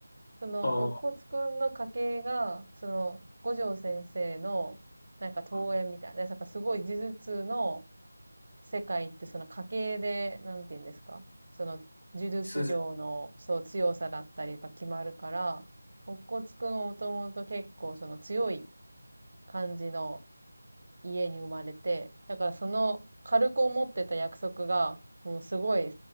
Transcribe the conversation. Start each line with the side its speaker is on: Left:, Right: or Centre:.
Right: その、
Left: ああ、
Right: おっこつくんの家系が、その、五条先生の、なんか、遠縁みたいな、
Left: はい。
Right: なんかすごい呪術の、世界ってその家系で、なんて言うんですかその呪術量のそう強さだったりが決まるから、
Left: 筋。
Right: 乙骨くんはもともと結構その強い感じの家に生まれて、だからその軽く思ってた約束がもうすごい